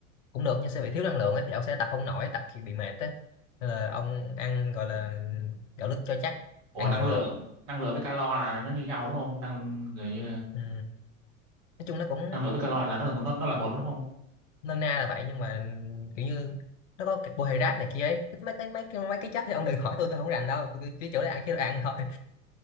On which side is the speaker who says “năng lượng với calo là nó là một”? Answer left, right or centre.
Right